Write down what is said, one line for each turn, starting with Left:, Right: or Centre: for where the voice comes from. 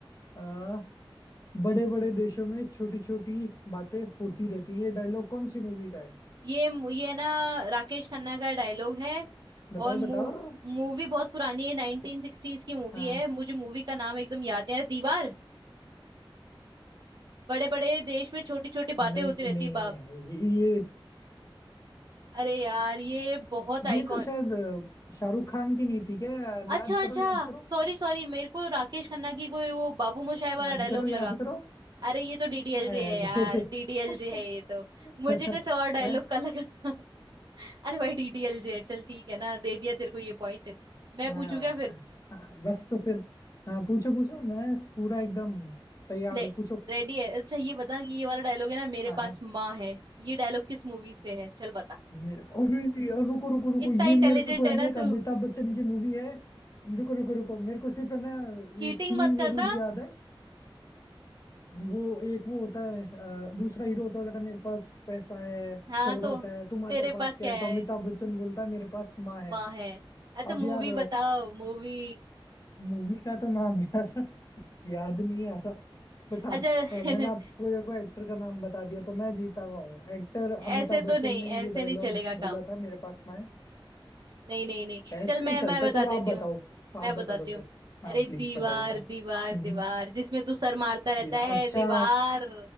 Left: आ, बड़े बड़े देशों में छोटी छोटी बातें होती रहती है ये डायलॉग कौन सी मूवी का है
Right: ये ये ना राकेश खन्ना का डायलॉग है
Left: बताओ
Right: और मूव
Left: बताओ
Right: मूवी बहुत पुरानी है नाइनटीन सिक्सटीज की मूवी
Left: हाँ
Right: है मुझे मूवी का नाम एकदम याद नहीं आ रहा दीवार बड़े बड़े देश में छोटी छोटी
Left: नहीं
Right: बातें होती रहती
Left: नहीं
Right: है बाप
Left: है ये ये
Right: अरे यार ये बहुत
Left: ये
Right: आइकॉन
Left: तो शायद अ, शाहरुख खान की नहीं थी क्या यार
Right: अच्छा
Left: याद
Right: अच्छा
Left: करो याद करो
Right: सॉरी सॉरी मेरे को राकेश खन्ना की कोई वो बाबू मोशाय वाला
Left: याद
Right: डायलॉग
Left: करो
Right: लगा
Left: याद करो
Right: अरे ये तो डीडीएलजे
Left: अरे
Right: है यार डीडीएलजे
Left: <laughs>
Right: है ये तो
Left: <laughs>
Right: मुझे किसी और डायलॉग
Left: है?
Right: का लगा <laughs> अरे भाई डीडीएलजे है चल ठीक है ना दे दिया तेरे को ये पॉइंट मैं
Left: हाँ
Right: पूछू क्या फिर
Left: हाँ, बस तो फिर हाँ पूछो पूछो मैं पूरा एकदम तैयार
Right: रे,
Left: हूँ पूछो
Right: रेडी है अच्छा ये बता कि ये वाला डायलॉग है ना मेरे
Left: हाँ
Right: पास
Left: हाँ
Right: माँ है ये डायलॉग किस मूवी से है चल बता
Left: मेरे अरे यार, रुको रुको रुको
Right: इतना
Left: ये
Right: इंटेलिजेंट
Left: मेरे को
Right: है
Left: है ना
Right: ना
Left: एक अमिताभ
Right: तू
Left: बच्चन की मूवी है रुको रुको रुको मेरे को सिर्फ है ना
Right: चीटिंग
Left: ये सीन
Right: मत करना
Left: जरूर याद है वो एक वो होता है अ, दूसरा हीरो होता है कहता है मेरे पास पैसा है
Right: हाँ
Left: शोहरत
Right: तो
Left: है तुम्हारे
Right: तेरे
Left: पास
Right: पास
Left: क्या
Right: क्या
Left: है
Right: है
Left: तो अमिताभ बच्चन बोलता है मेरे पास माँ है
Right: माँ है अरे
Left: अब
Right: तो मूवी
Left: यार
Right: बताओ मूवी
Left: मूवी का तो नाम यार <laughs> याद नहीं आ बट हाँ
Right: अच्छा <laughs>
Left: अ, मैंने आपको देखो एक्टर का नाम बता दिया तो मैं जीता हुआ हूँ एक्टर अमिताभ
Right: ऐसे
Left: बच्चन
Right: तो नहीं
Left: ने ये
Right: ऐसे
Left: डायलॉग
Right: नहीं चलेगा
Left: बोला
Right: काम
Left: था मेरे पास में
Right: नहीं नहीं नहीं
Left: ऐसे
Right: चल मैं
Left: ही चलता
Right: मैं बता
Left: है। चलो
Right: देती
Left: आप बताओ
Right: हूँ
Left: आप
Right: मैं
Left: बता
Right: बताती
Left: दो
Right: हूँ
Left: फिर हाँ
Right: अरे
Left: प्लीज
Right: दीवार
Left: बताओ बताओ
Right: दीवार
Left: हम्म
Right: दीवार जिसमें तू सर मारता रहता
Left: दीवार
Right: है
Left: अच्छा
Right: दीवार